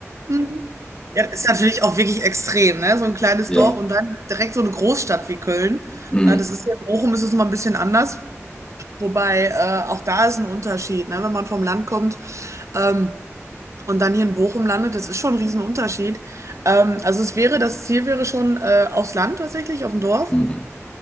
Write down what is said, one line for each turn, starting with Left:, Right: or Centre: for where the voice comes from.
Right: hm. hm. Ja, das ist natürlich auch wirklich extrem, ne? So ein kleines
Left: Ja.
Right: Dorf und dann direkt so eine Großstadt wie Köln.
Left: Mhm.
Right: Na, das ist ja, in Bochum ist es nochmal ein bisschen anders. Wobei, äh, auch da ist ein Unterschied, ne? Wenn man vom Land kommt. Ähm, und dann hier in Bochum landet, das ist schon ein Riesenunterschied. Ähm, also es wäre, das Ziel wäre schon äh, aufs Land tatsächlich, auf dem Dorf.
Left: Mhm.